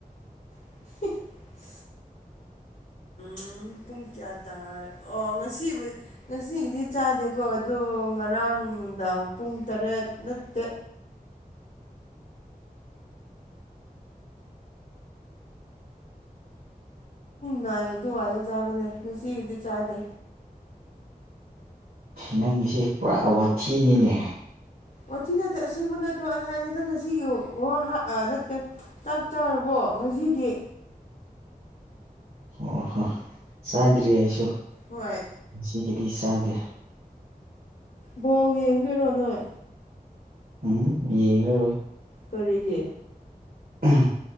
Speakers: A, on the left (about 65°); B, on the right (about 75°).
A: <unintelligible>
B: <unintelligible>
A: ꯎꯝ ꯄꯨꯡ ꯀꯌꯥ ꯇꯥꯔ ꯑꯣ ꯉꯁꯤꯕꯨꯗꯤ ꯉꯁꯤꯒꯤꯗꯤ ꯆꯥꯗꯦꯀꯣ ꯑꯗꯣ ꯉꯔꯥꯡ ꯉꯔꯥꯡ ꯅꯨꯡꯗꯥꯡ ꯄꯨꯡ ꯇꯔꯦꯠꯅꯠꯇꯦ ꯅꯥꯏ ꯑꯗꯨ ꯋꯥꯔ ꯆꯥꯕꯅꯦ ꯅꯨꯡꯁꯤꯒꯤꯗꯤ ꯆꯥꯗꯦ
B: ꯅꯪꯒꯤꯁꯦ ꯄꯨꯔꯥ ꯋꯥꯊꯤꯅꯤꯅꯦ
A: ꯑꯣꯊꯤꯗꯗꯤ ꯑꯁꯦꯡꯕ ꯅꯠꯇ꯭ꯔꯣ ꯑꯩ ꯍꯥꯏꯁꯦ ꯅꯪ ꯉꯁꯤ ꯋꯥ ꯅꯠꯇꯦ ꯆꯥꯛ ꯆꯥꯔꯕꯣ ꯀ ꯉꯁꯤꯗꯤ
B: ꯑꯣ ꯍꯣ ꯆꯥꯗ꯭ꯔꯤ ꯑꯩꯁꯨ
A: ꯍꯣꯏ
B: ꯁꯤꯒꯤꯗꯤ ꯆꯥꯗꯦ
A: ꯕꯣ ꯌꯦꯡꯗꯣꯏꯔꯣ ꯅꯣꯏ
B: ꯎꯝ ꯌꯦꯡꯉ
A: ꯀꯔꯤꯒꯤ
B: ꯎꯝ